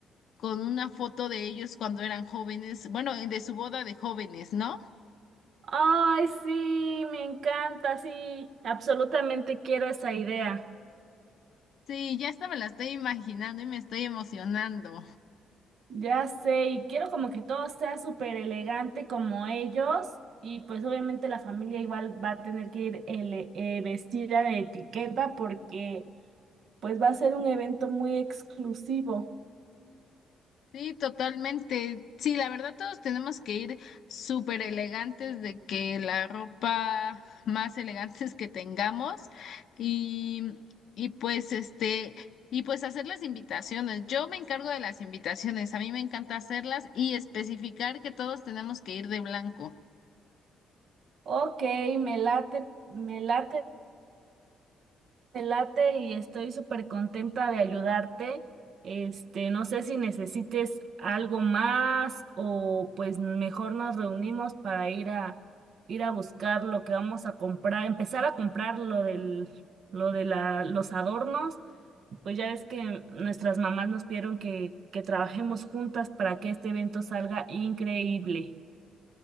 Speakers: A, on the left; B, on the right.
A: con una foto de ellos cuando eran jóvenes, bueno, de su boda de jóvenes, ¿no?
B: Ay, sí, me encanta, sí, absolutamente quiero esa idea.
A: Sí, ya hasta me la estoy imaginando y me estoy emocionando.
B: Ya sé, y quiero como que todo sea súper elegante como ellos, y pues obviamente la familia igual va a tener que ir ele- eh, vestida de etiqueta porque... Pues va a ser un evento muy exclusivo.
A: Sí, totalmente. Sí, la verdad todos tenemos que ir súper elegantes de que la ropa más elegantes que tengamos y, y pues este, y pues hacer las invitaciones. Yo me encargo de las invitaciones, a mí me encanta hacerlas y especificar que todos tenemos que ir de blanco.
B: Ok, me late, me late, me late y estoy súper contenta de ayudarte. Este, no sé si necesites algo más o pues mejor nos reunimos para ir a ir a buscar lo que vamos a comprar, empezar a comprar lo del, lo de la, los adornos. Pues ya ves que nuestras mamás nos pidieron que, que trabajemos juntas para que este evento salga increíble.